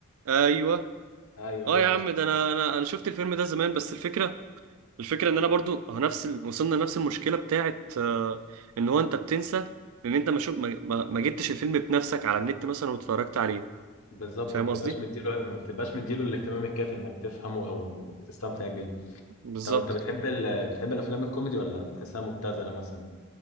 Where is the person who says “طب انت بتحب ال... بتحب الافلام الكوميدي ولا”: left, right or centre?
Left